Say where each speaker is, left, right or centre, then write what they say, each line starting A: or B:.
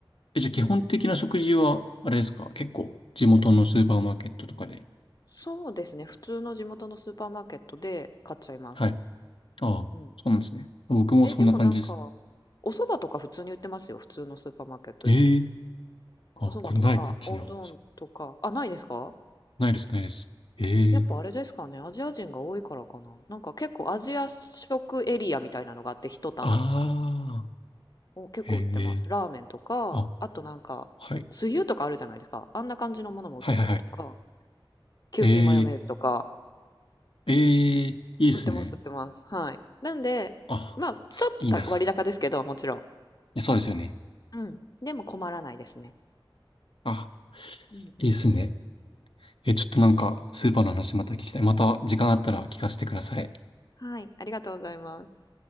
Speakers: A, on the left; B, on the left.
A: え、じゃあ基本的な食事は、あれですか結構、地元のスーパーマーケットとかで。
B: そうですね、普通の地元のスーパーマーケットで買っちゃいます。
A: はいああ、
B: うんうん。
A: そうなんですね。僕もそんな感じですね。
B: え、でもなんか、お蕎麦とか普通に売ってますよ、普通のスーパーマーケットで。
A: ええあ、
B: お蕎麦とか、
A: これない、こっちにある。
B: おうどんとか、あ、ないですか
A: ないです、ないです。ええ
B: やっぱあれですかね、アジア人が多いからかな。なんか結構アジア食エリアみたいなのがあって、一棚。
A: ああ、
B: お、結構売ってます。
A: ええ
B: ラーメンとか、
A: あ、
B: あとなんか、
A: はい。
B: つゆとかあるじゃないですか。あんな感じのものも売ってたりとか、
A: はいはいはい。
B: キューピーマヨネーズとか、
A: ええええいいっすね。
B: 売ってます、売ってます。はい。なんで、
A: あ、
B: まあ、ちょっとた割高ですけど、
A: いいな。い
B: もちろん。
A: や、そうですよね。
B: うん。でも困らないですね。
A: あ、
B: うんうん。
A: いいっすね。え、ちょっとなんか、スーパーの話また聞きたい。また時間あったら聞かせてください。
B: はい。ありがとうございます。